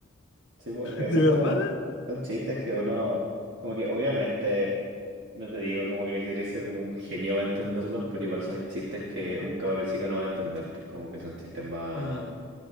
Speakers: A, on the right; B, on the left.
A: Sí, porque
B: de
A: son
B: verdad,
A: como, son chistes que uno, como que obviamente, no te digo como que necesitas ser como un genio para entenderlos, pero igual son chistes que un cabro chico no va a entender, pues, como que son chistes más,
B: Mm,